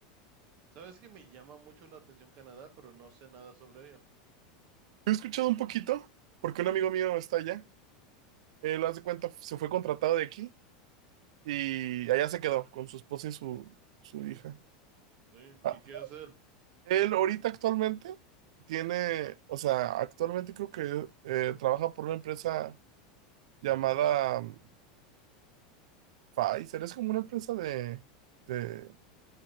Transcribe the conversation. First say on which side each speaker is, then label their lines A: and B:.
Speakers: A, on the right; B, on the right.
A: Sabes que me llama mucho la atención Canadá, pero no sé nada sobre ello.
B: He escuchado un poquito, porque un amigo mío está allá. Él, haz de cuenta, se fue contratado de aquí y allá se quedó con su esposa y su, su hija.
A: Sí,
B: Ah,
A: ¿y qué hacer?
B: él ahorita actualmente tiene, o sea, actualmente creo que eh, trabaja por una empresa llamada mm, Pfizer. Es como una empresa de, de,